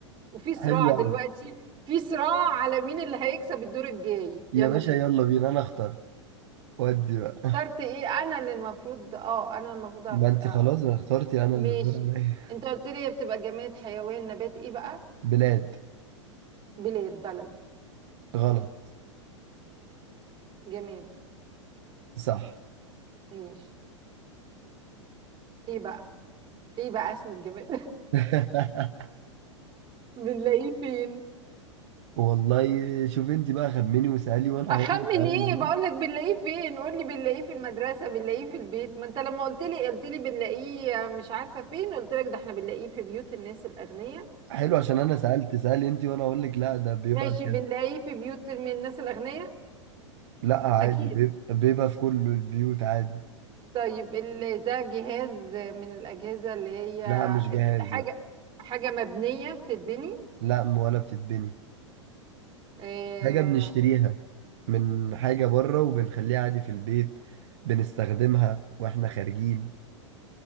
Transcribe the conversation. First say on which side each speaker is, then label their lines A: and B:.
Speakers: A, on the right (about 30°); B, on the right (about 60°).
A: وفي صراع
B: حلو
A: دلوقتي
B: قوي
A: في صراع على مين اللي هيكسب الدور الجاي يلا
B: يا باشا
A: بينا
B: يلا بينا انا اخترت ودي بقى
A: اخترت ايه انا اللي المفروض اه انا المفروض أقت...
B: ما انت
A: آه.
B: خلاص انا اخترتي انا
A: ماشي
B: اللي الدور عليا
A: انت قلت لي هي بتبقى جماد حيوان نبات ايه بقى
B: بلاد
A: بلاد بلد
B: غلط
A: جماد
B: صح
A: ماشي ايه بقى ايه بقى اسم الجماد
B: <laughs>
A: <laughs> بنلاقيه فين
B: والله شوف انت بقى خمني وسألي وانا
A: اخمن
B: هقول لك اه ولا
A: ايه
B: لا
A: بقول لك بنلاقيه فين قول لي بنلاقيه في المدرسه بنلاقيه في البيت ما انت لما قلت لي قلت لي بنلاقيه آه، مش عارفه فين قلت لك ده احنا بنلاقيه في بيوت الناس الاغنياء
B: حلو عشان انا سألت سألي انت وانا اقول لك لا ده بيبقى
A: ماشي
B: كده
A: بنلاقيه في بيوت من الناس الأغنياء
B: لا عادي
A: أكيد
B: بيبقى, بيبقى في كل البيوت عادي
A: طيب ال... ده جهاز من الأجهزة اللي هي
B: لا مش
A: أكيد
B: جهاز
A: حاجة
B: لا
A: حاجة مبنية بتتبني
B: لا ولا بتتبني
A: آه...
B: حاجة بنشتريها من حاجة بره وبنخليها عادي في البيت بنستخدمها واحنا خارجين